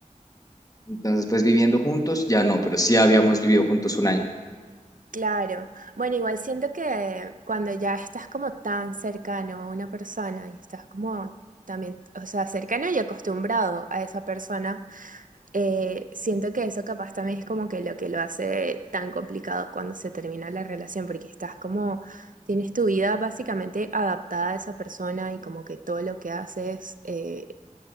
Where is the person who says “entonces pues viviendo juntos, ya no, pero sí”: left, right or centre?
Left